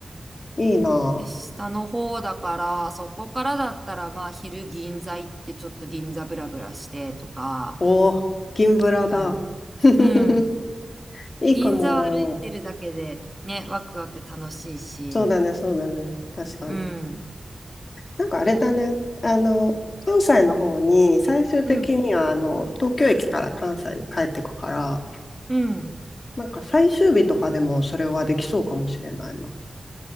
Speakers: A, on the left (about 60°); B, on the right (about 15°).
A: う。いいな。
B: で、下の方だから、そこからだったら、まあ、昼銀座行ってちょっと銀座ブラブラしてとか、
A: おお、銀ブラだ。
B: うん。
A: <laughs>
B: うん。
A: いいかも。
B: 銀座を歩いてるだけで、ね、ワクワク楽しいし、
A: そうだね、そうだね。確かに。
B: うん。
A: なんかあれだね、あの、関西の方に、最終的には、
B: うん。
A: あの、東京駅から関西に帰ってくから、
B: うん。
A: なんか最終日とかでもそれはできそうかもしれないな。